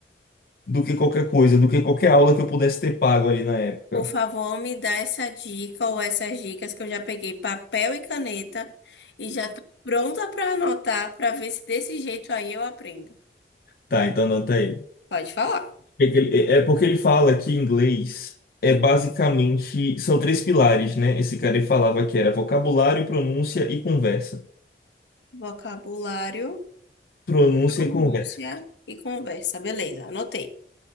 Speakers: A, on the left; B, on the left.
A: do que qualquer coisa, do que qualquer aula que eu pudesse ter pago ali na época.
B: Por favor, me dá essa dica ou essas dicas que eu já peguei papel e caneta e já tô pronta para anotar para ver se desse jeito aí eu aprendo.
A: Tá, então anota aí.
B: Pode falar.
A: É que ele- é é porque ele fala que inglês é basicamente, são três pilares, né? Esse cara ele falava que era vocabulário, pronúncia e conversa.
B: Vocabulário.
A: Pronúncia
B: pronúncia
A: e conversa.
B: e conversa. Beleza, anotei.